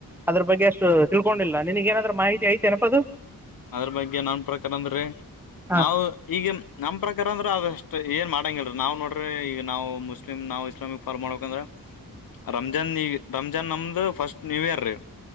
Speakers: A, in the centre; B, on the left (about 70°).
A: ಅದ್ರ ಬಗ್ಗೆ ಅಷ್ಟು ತಿಳ್ಕೊಂಡಿಲ್ಲ ನಿಿನಗ ಏನಾದ್ ಮಾಹಿತಿ ಆಯತು ತಿನಪ್ಪದು
B: ಅದ್ರ ಬಗ್ಗೆ ನನ್ ಪ್ರಕಾರ ಅಂದ್ರೆ
A: ಹಾ.
B: ನಾವು ಈಗ ನಮ ಪ್ರಕಾರ ಅಂದ್ರೆ ಅಷ್ಟ ಏನ್ ಮಾಡಂಗಲ್ರಿ ನಾವವು ನೋಡ್ರಿ ಈಗ ನಾವು ಮುಸ್ಲಿಮ್ ನಾವ್ ಇಸ್ಲಾಮಿಕ್ ಫಾಲೋ ಮಾಡ್ಬೇಕಂದ್ರ ರಂಜಾನ್ ನೀ ರಂಜಾನ್ ನಮ್ದು ಫಸ್ಟ್ ನ್ಯೂ ಇಯರ್ ರೀ